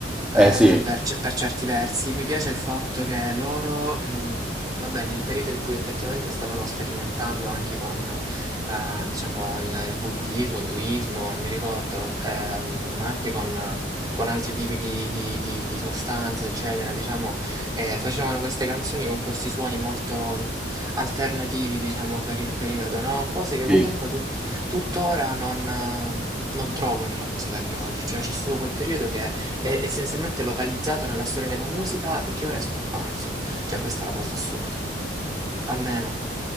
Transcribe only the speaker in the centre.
eh sì,
sì,